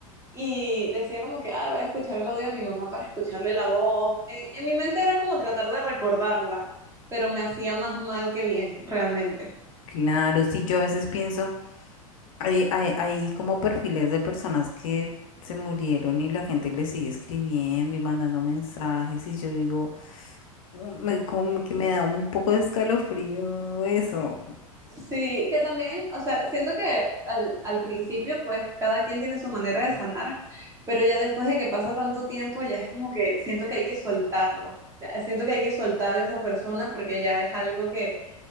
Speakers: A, on the right (about 15°); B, on the left (about 65°).
A: y decía como que, ay, voy a escuchar el audio de mi mamá para escucharle la voz. en en mi mente era como tratar de recordarla pero me hacía más mal que bien, realmente.
B: Claro, sí, yo a veces pienso Hay, hay, hay como perfiles de personas que se murieron y la gente les sigue escribiendo y mandando mensajes y yo digo, "Mm, me, como
A: Sí,
B: que me da un poco de escalofrío eso.
A: Sí, que también, o sea, siento que al, al principio, pues cada quien tiene su manera de sanar, pero ya después de que pasa tanto tiempo, ya es como que siento que hay que soltarlo. Ya Siento que hay que soltar a esa persona porque ya es algo que,